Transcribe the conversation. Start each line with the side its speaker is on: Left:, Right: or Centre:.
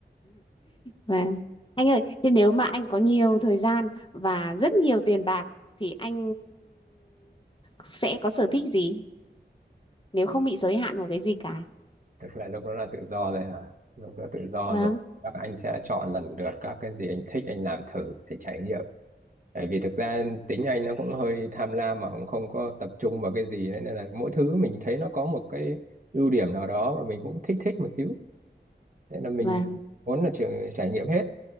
Left: Vâng. Anh ơi, thế nếu mà anh có nhiều thời gian và rất nhiều tiền bạc thì anh sẽ có sở thích gì nếu không bị giới hạn vào cái gì cả?
Right: tức là lúc đó là tự do rồi hả lúc đó tự do
Left: Vâng,
Right: rồi các anh sẽ chọn lần lượt các cái gì anh thích anh làm thử để trải nghiệm bởi vì thực ra tính anh nó cũng hơi tham lam mà cũng không có tập trung vào cái gì đấy. nên là mỗi thứ mình thấy nó có một cái ưu điểm nào đó mà mình cũng thích thích một xíu nên là mình
Left: vâng,
Right: muốn là trường trải nghiệm hết